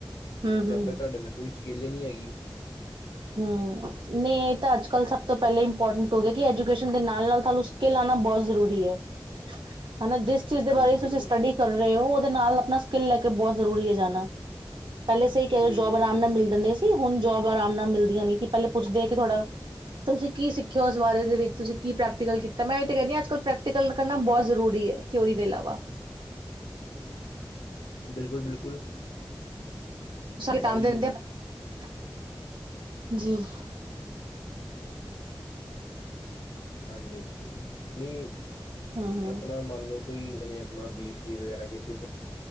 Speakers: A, on the right (about 70°); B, on the left (about 70°).
A: ਹੂੰ
B: ਜਦ
A: ਹੂੰ
B: ਤੱਕ ਤੁਹਾਡੇ ਅੰਦਰ ਕੋਈ ਸਕੀਲੇ ਹੀ ਨਹੀਂ ਹੈਗੀ।
A: ਹੂੰ, ਨਈ ਇਹ ਤਾਂ ਅੱਜ ਕੱਲ ਸਭ ਤੋਂ ਪਹਿਲਾਂ ਇੰਪੋਰਟੈਂਟ ਹੋ ਕਿ ਐਜੂਕੇਸ਼ਨ ਦੇ ਨਾਲ-ਨਾਲ ਤੁਹਾਨੂੰ ਸਕਿੱਲ ਆਉਣਾ ਬਹੁਤ ਜ਼ਰੂਰੀ ਹੈ ਹਨਾ ਜਿਸ ਚੀਜ਼ ਦੇ
B: ਹਾਂਜੀ
A: ਬਾਰੇ ਤੁਸੀਂ
B: ਬਿਲਕੁਲ
A: ਸਟੱਡੀ ਕਰ ਰਹੇ ਹੋ, ਉਹਦੇ ਨਾਲ ਆਪਣਾ ਸਕਿੱਲ ਲੈ ਕੇ ਬਹੁਤ ਜ਼ਰੂਰੀ ਐ ਜਾਣਾ। ਪਹਿਲੇ ਸਈ ਕਹਿ ਰੇ
B: ਬਿਲਕੁਲ
A: ਜੋਬ ਆਰਾਮ
B: ਬਿਲਕੁਲ
A: ਨਾਲ ਮਿਲ ਜਾਂਦੇ ਸੀ ਹੁਣ ਜੋਬ ਆਰਾਮ ਨਾਲ ਮਿਲ ਦੀਆ ਨੀ ਕਿ ਪਹਿਲੇ ਪੁੱਛਦੇ ਕਿ ਤੁਹਾਡਾ, ਤੁਸੀਂ ਕੀ ਸਿੱਖਿਆ ਹੋਇਆ ਉਸ ਬਾਰੇ ਦੇ ਵਿੱਚ ਤੁਸੀਂ ਕੀ ਪ੍ਰੈਕਟੀਕਲ ਕੀ ਤਾਂ ਮੈਂ ਇਹ ਤਾਂ ਕਹਿੰਦੀ ਆ, ਅਜ ਕੱਲ੍ਹ ਪ੍ਰੈਕਟੀਕਲ ਕਰਨਾ ਬਹੁਤ ਜ਼ਰੂਰੀ ਐ ਥਿਓਰੀ ਦੇ ਇਲਾਵਾ।
B: ਬਿਲਕੁਲ- ਬਿਲਕੁਲ।
A: <unintelligible>
B: ਮੰਨ ਲਈ ਹਾਂਜੀ- ਹਾਂਜੀ। ਨਈ
A: ਹੂੰ ਹੂੰ
B: ਆਪਣਾ ਮੰਨਲਓ ਕੋਈ ਇਹੇ ਆਪਣਾ ਬੀ ਸੀ ਏ ਵਗੈਰਾ ਕੀ ਕੀਤੀ ਸੋ